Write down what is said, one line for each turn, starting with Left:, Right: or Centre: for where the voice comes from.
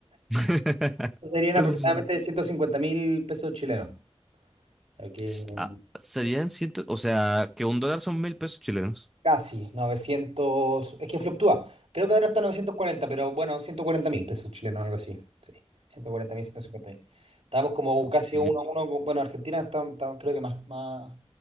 Centre: <laughs>
Right: <laughs> Serían aproximadamente ciento cincuenta mil pesos chilenos. Aquí
Centre: S-
Right: en-
Centre: ah, serían ciento, o sea, que un dólar son mil pesos chilenos.
Right: Casi, novecientos. es que fluctúa. Creo que ahora está 940, pero bueno, ciento cuarenta mil pesos chilenos, algo así. Sí, ciento cuarenta mil, ciento cincuenta mil. Estamos como
Centre: Ok.
Right: casi uno a uno. con- Bueno, Argentina está, está- creo que más, más,